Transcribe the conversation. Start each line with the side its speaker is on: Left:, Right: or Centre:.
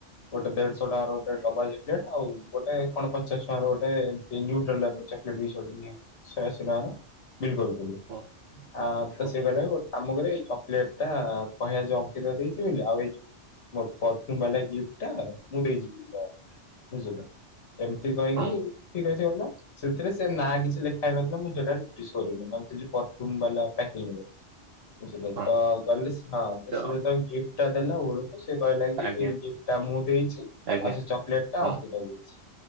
Left: ଗୋଟେ ଦେଢଶହ ଟଙ୍କାର ଗୋଟେ ଡବା ଜକଲେଟ ଆଉ ଗୋଟେ କଣ ପଚାଶ ଟଙ୍କାର ଗୋଟେ <unintelligible> ସହେ ଆସି ଟଙ୍କାର ବିଲ୍ କରିଦେଲୁ
Right: ହଁ
Left: ଆ ତ
Right: ହଁ
Left: ସେ କଇଲାକି ଗୋଟେ କାମ କରିବା ଏ ଚକ୍ଲେଟଟା କହିବା ଯେ ଅଙ୍କିତ ଦେଇଛି ବୋଲି ଆଉ ଏ ପର୍ଫୁମ୍ ବାଲା ଗିଫ୍ଟ ଟା ମୁଁ ଦେଇିଚି ବୋଲି ବୁଝିଲ ଏମତି କହିକି
Right: ହଁ
Left: ଠିକସେ ଗଲା ସେମତିରେ ସେ ନାଁ କିଛି ଲେଖା ହେଇ ନଥିଲା ମୁଁ ସେଇଟା ନୋଟିସ କରିନି ଆଉ ଯୋ ପର୍ଫୁମ ବାଲା ପେକିଂରେ। ବୁଝିଲେ
Right: ହଁ
Left: ତ ଗଲି ହଁଳେ
Right: ତ
Left: ଗିଫ୍ଟ ଟା ଦେଲା ବେଳକୁ ସେ କହିଲା କି
Right: ଆଜ୍ଞା
Left: ଏଇ ଗିଫ୍ଟ ଟା ମୁଁ ଦେଇଚି ଆଉ
Right: ଆଜ୍ଞା
Left: ସେ ଚକୋଲେଟ ଟା
Right: ହଁ
Left: ଅଙ୍କିତା ଦେଇଚି।